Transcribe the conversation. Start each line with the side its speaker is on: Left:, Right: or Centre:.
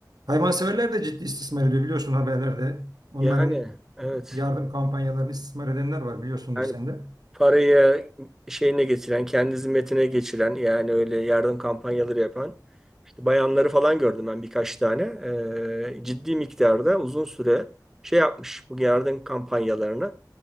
Right: Hayvanseverler de ciddi istismar ediyor biliyorsun haberlerde. Onların
Centre: Yani evet.
Right: yardım kampanyalarını istismar edenler var biliyorsundur
Centre: Yani
Right: sen de.
Centre: parayı şeyine getiren, kendi zimmetine geçiren yani öyle yardım kampanyaları yapan işte bayanları falan gördüm ben birkaç tane. Ee, ciddi miktarda uzun süre şey yapmış bu yardım kampanyalarını